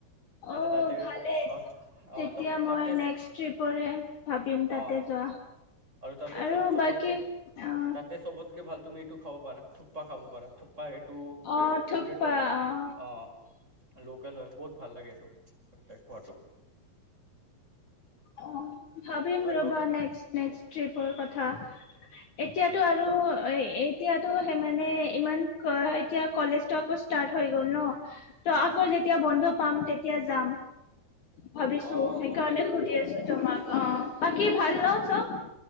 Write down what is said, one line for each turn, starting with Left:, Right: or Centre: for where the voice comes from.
Left: আহ
Right: এটা তাতে
Left: ভালেই
Right: অহ
Left: তেতিয়া
Right: অ ত
Left: মই
Right: তাতে
Left: নেক্সট ট্ৰিপৰে ভাবিম তাতে
Right: অ
Left: যোৱা
Right: তাতে
Left: আৰু
Right: চবতকে
Left: বাকী অ
Right: তাতে চবতকে ভাল তুমি এইটো খাব পাৰা থুপা খাব পাৰা থুপা এইটো
Left: অ'
Right: ফেভৰেট
Left: থুকপা
Right: হয়
Left: অ'
Right: অঁ লোকেল হয় বহুত ভাল লাগে এইটো খোৱাতটো
Left: অঁ ভাবিম
Right: আৰু
Left: ৰবা
Right: আগ
Left: নেক্স নেক্স ট্ৰিপৰ কথা এতিয়াতটো আৰু এতিয়াতো সেই মানে ইমান এতিয়া কলেজটো আকৌ ষ্টাৰ্ট হৈ গল ন ত আকৌ যেতিয়া বন্ধ পাম তেতিয়া যাম ভাবিছো
Right: অ অ
Left: সেইকাৰণে
Right: গম পাইছো
Left: সুধি
Right: গম পাইছো
Left: আছো তোমাক অঁ বাকি ভাল ন চব